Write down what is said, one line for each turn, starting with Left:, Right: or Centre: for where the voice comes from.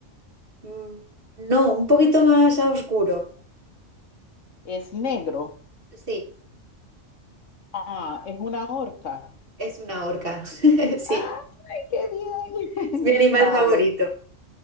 Right: Mm, no, un poquito más a oscuro.
Left: es negro.
Right: Sí,
Left: Ah, es una orca.
Right: es una orca. <laughs> Sí,
Left: ¡Ay, qué bien!
Right: es mi animal
Left: <laughs> Vale.
Right: favorito.